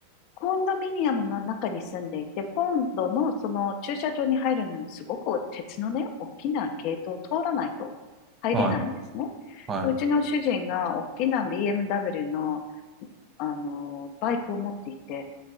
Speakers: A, on the left; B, on the right.
A: コンドミニアムの中に住んでいて、今度のその駐車場に入るのにすごく鉄のね、大きなゲートを通らないと入れないんですね。
B: はい。は
A: うちの主人が大きな BMW の、あの、バイクを持っていて、